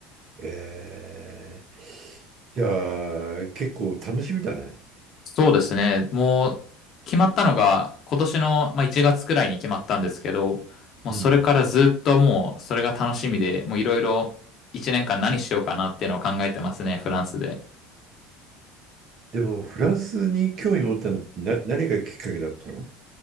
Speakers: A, on the right; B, on the left.
A: えー、じゃあ、結構楽しみだね。
B: そうですね。もう、決まったのが、今年の、まあ、1月くらいに決まったんですけど、もうそれからずっともう、
A: うん。
B: それが楽しみで、もういろいろ1年間何しようかなっていうのを考えてますね、フランスで。
A: でも、フランスに興味持ったのってな、何がきっかけだったの